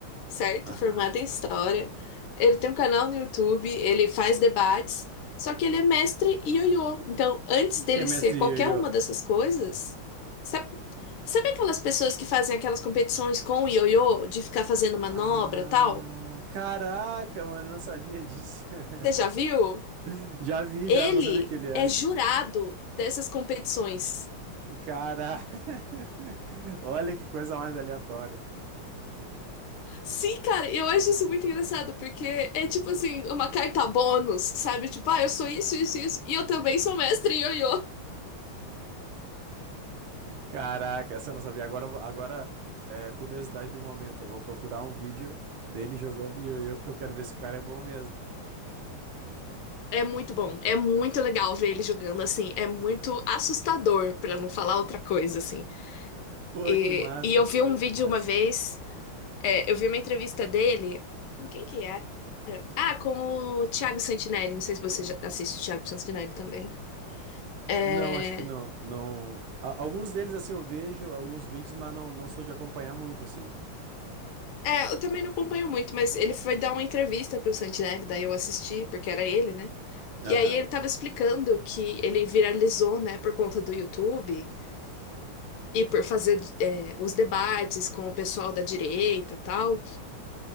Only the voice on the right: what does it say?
Aham.
O que
que é mestre
Yoyo?
Ah,
caraca, mano, eu não sabia disso. <laughs>
Já vi,
já, eu não sabia que ele é.
Cara, <laughs> olha que coisa mais aleatória.
Caraca, essa eu não sabia. Agora, eu vou- agora é, curiosidade do momento. Eu vou procurar um vídeo dele jogando ioiô, porque eu quero ver se o cara é bom mesmo.
Pô,
que massa,
cara,
que
massa.
Não, acho que não, não. a- Alguns deles, assim, eu vejo alguns vídeos, mas não, não sou de acompanhar muito, assim.
Aham.